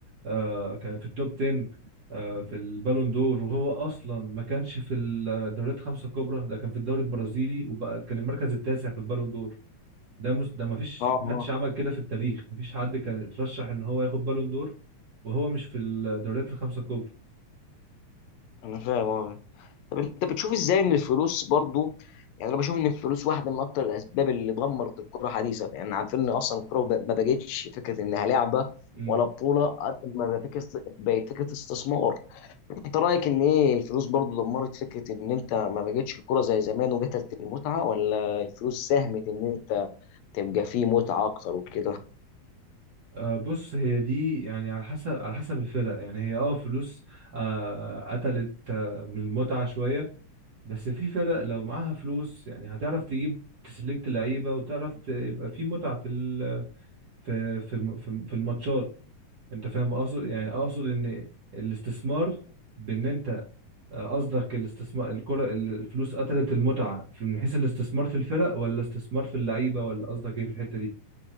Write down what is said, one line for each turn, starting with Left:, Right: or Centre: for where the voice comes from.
Right: آه كان في التوب 10 آه في البالون دور وهو اصلا ما كانش في الدوريات الخمسة الكبرى ده كان في الدوري البرازيلي وبقى كان المركز التاسع في البالون دور ده مس ده ما فيش
Left: اه
Right: محدش
Left: اه
Right: عمل كده في التاريخ ما فيش حد كان اترشح ان هو ياخد بالون دور وهو مش في الدوريات الخمسة الكبرى
Left: انا فاهم اه طب انت بتشوف ازاي ان الفلوس برضو يعني انا بشوف ان الفلوس واحده من اكتر الاسباب اللي دمرت الكره حديثا يعني عارفين ان اصلا الكره ب- ما بقتش فكره انها لعبه
Right: امم.
Left: ولا بطوله قد ما بقت فكره بقت فكره استثمار انت رايك ان ايه الفلوس برضو دمرت فكره ان انت ما بقتش الكره زي زمان وقتلت المتعه ولا الفلوس ساهمت ان انت تبقى فيه متعه اكتر وكده
Right: آه، بص هي دي يعني على حسب على حسب الفرق يعني هي اه فلوس آه قتلت آه من المتعة شوية بس في فرق لو معاها فلوس يعني هتعرف تجيب تسلكت لعيبة وتعرف ت- يبقى في متعة في ال في في م- في في الماتشات انت فاهم اقصد يعني اقصد ان الاستثمار بان انت آه، قصدك الاستثمار الكرة ال- الفلوس قتلت المتعة في- من حيث الاستثمار في الفرق ولا استثمار في اللعيبة ولا قصدك ايه في الحتة دي